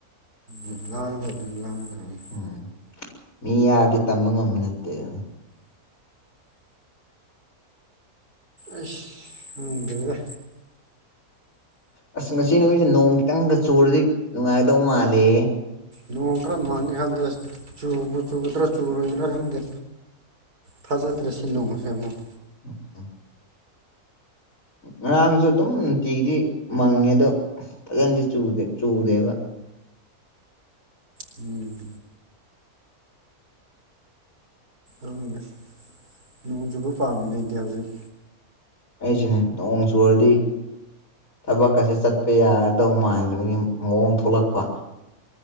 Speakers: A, on the right; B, on the left.
A: ꯎꯝ ꯂꯥꯡꯗꯕꯅꯤ ꯂꯥꯡꯗꯕꯅꯤ
B: ꯎꯝ ꯃꯤ ꯌꯥꯔꯗꯤ ꯇꯝꯕ ꯉꯝꯕ ꯅꯠꯇꯦ ꯑꯗꯨꯅ
A: ꯑꯁ ꯈꯪꯗꯔ꯭ꯦꯗꯥ
B: ꯑꯁ ꯉꯁꯤ ꯅꯨꯣꯡꯃꯤꯣꯏꯁꯦ ꯅꯣꯡ ꯆꯪꯒ ꯆꯨꯔꯗꯤ ꯅꯨꯡꯉꯥꯏꯒꯗꯧ ꯃꯥꯜꯂꯦ
A: ꯅꯣꯡ ꯈꯔ ꯃꯥꯡꯒꯦ ꯈꯪꯗ ꯆꯨꯕꯨ ꯆꯨꯗ꯭ꯔ ꯆꯨꯔꯣꯏꯗ꯭ꯔꯥ ꯈꯪꯗꯦ ꯊꯥꯖꯗ꯭ꯔꯁꯤ ꯅꯣꯡꯃꯁꯦ ꯑꯃꯨꯛ
B: ꯎ <unintelligible> ꯉꯔꯥꯡꯁꯨ ꯑꯗꯨꯝ ꯅꯨꯡꯇꯤꯒꯤꯗꯤ ꯃꯪꯉꯦ ꯑꯗꯣ ꯐꯖꯅꯗꯤ ꯆꯨꯗꯦꯕ
A: ꯎꯝ ꯑꯗꯨꯒꯁꯨ ꯅꯣꯡꯆꯨꯕ ꯄꯥꯝꯃꯅꯦ ꯑꯩꯗꯤ ꯍꯧꯖꯤꯛ
B: ꯑꯩꯁꯤꯅꯦ ꯅꯣꯡ ꯆꯨꯔꯗꯤ ꯊꯕꯛ ꯀꯥꯁꯦ ꯆꯠꯄ ꯌꯥꯒꯗꯧ ꯃꯟꯗꯕꯒꯤ ꯃꯑꯣꯡ ꯊꯣꯛꯂꯛꯄ